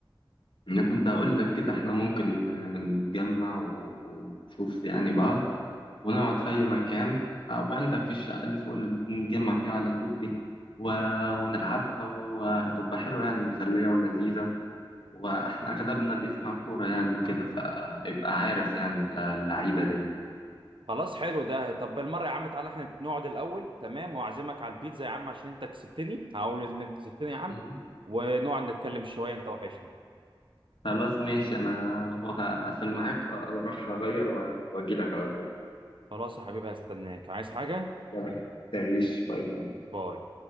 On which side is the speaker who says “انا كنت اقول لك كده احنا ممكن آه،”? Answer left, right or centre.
Left